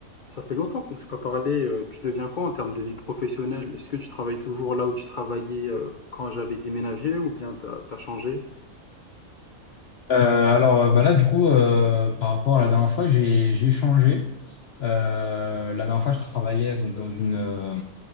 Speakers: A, on the left (about 80°); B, on the left (about 55°).
A: Ça fait longtemps qu'on ne s'est pas parlé. euh, Tu deviens quoi en termes de vie professionnelle? Est-ce que tu travailles toujours là où tu travaillais euh, quand j'avais déménagé ou bien t'as, t'as changé?
B: Euh, alors euh, bah là, du coup, euh, par rapport à la dernière fois, j'ai j'ai changé. Euh, la dernière fois, je travaillais donc dans une euh,